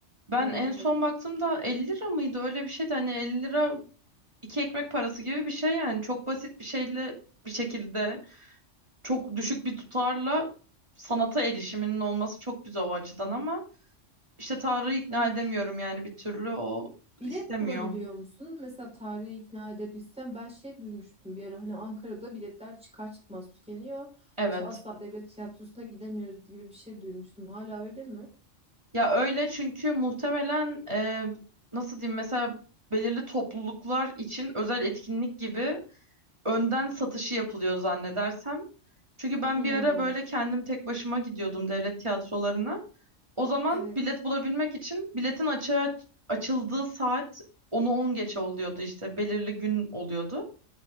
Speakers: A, on the right (about 25°); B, in the centre.
A: Ben
B: Evet
A: en
B: evet.
A: son baktığımda 50 lira mıydı? Öyle bir şeydi. Hani 50 lira iki ekmek parası gibi bir şey yani. Çok basit bir şeyle bir şekilde çok düşük bir tutarla sanata erişiminin olması çok güzel o açıdan ama işte Tarık'ı ikna
B: Evet.
A: edemiyorum yani bir türlü o
B: Bilet
A: istemiyor.
B: bulabiliyor musun? Mesela tarihi ikna edebilsem ben şey duymuştum bir ara hani Ankara'da biletler çıkar çıkmaz tükeniyor.
A: Evet.
B: İşte asla devlet tiyatrosuna gidemiyoruz gibi bir şey duymuştum. Hala öyle mi?
A: Ya öyle çünkü muhtemelen e, nasıl diyeyim mesela belirli topluluklar için özel etkinlik gibi önden satışı yapılıyor zannedersem. Çünkü ben
B: Hmm,
A: bir ara böyle kendim tek başıma gidiyordum devlet tiyatrolarına. O zaman
B: evet.
A: bilet bulabilmek için biletin açığa açıldığı saat onu 10 geçe oluyordu işte belirli gün oluyordu.